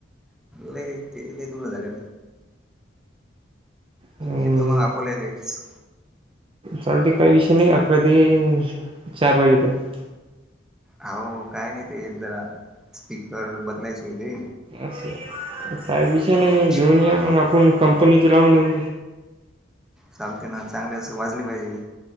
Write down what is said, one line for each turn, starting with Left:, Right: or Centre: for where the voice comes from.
Centre: ल ते ल दुर झाले.
Right: हं
Centre: येतो ना अकोल्याला एक दिवस.
Right: चालते काही विषय नाही अकोल्यात ये चार वाजेपर्यंत
Centre: हो काय नाही ते जरा स्पीकर बदलायचे होते.
Right: असे, काय विषय नाही
Centre: अहो
Right: घेऊन या मग आपण कंपनीचे लावून देऊ.
Centre: चालते ना चांगले वाजले पाहिजे